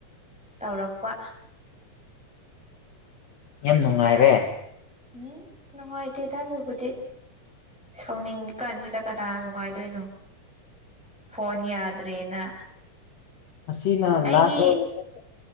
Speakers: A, in the centre; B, on the left.
A: ꯇꯧꯔꯛꯄ
B: ꯌꯥꯝ ꯅꯨꯡꯉꯥꯏꯔꯦ
A: ꯎꯝ ꯅꯨꯡꯉꯥꯏꯇꯦꯗ ꯑꯗꯨꯕꯨꯗꯤ ꯁꯥꯎꯅꯤꯡꯉꯀꯥꯟꯁꯤꯗ ꯀꯗꯥ ꯅꯨꯡꯉꯥꯏꯗꯣꯏꯅꯣ ꯐꯣꯟ ꯌꯥꯗ꯭ꯔꯦꯅ
B: ꯑꯁꯤꯅ
A: ꯑꯩꯒꯤ
B: ꯂꯥꯁ ꯑꯣꯏꯔꯒꯦ